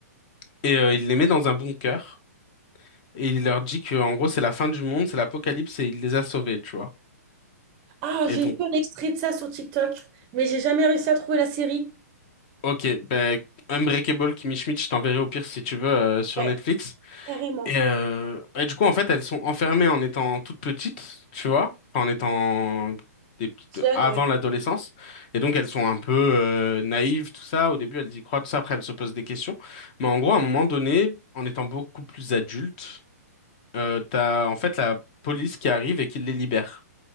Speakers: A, on the left (about 30°); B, on the right (about 25°).
A: et euh, il les met dans un bunker et il leur dit que en gros c'est la fin du monde, c'est l'apocalypse et il les a sauvées, tu vois.
B: Ah,
A: Et
B: j'ai
A: donc,
B: vu un extrait de ça sur TikTok, mais j'ai jamais réussi à trouver la série.
A: ok, ben Unbreakable Kimmy Schmidt, je t'enverrai au pire si tu veux euh, sur
B: Ouais,
A: Netflix.
B: carrément.
A: Et, euh, et du coup, en fait, elles sont enfermées en étant toutes petites, tu vois, Enfin, en étant des petites
B: Jeune,
A: avant
B: ouais.
A: l'adolescence. Et donc, elles sont un peu euh, naïves, tout ça. Au début, elles y croient, tout ça. Après, elles se posent des questions. Mais en gros, à un moment donné, en étant beaucoup plus adultes, euh, t'as en fait la police qui arrive et qui les libère.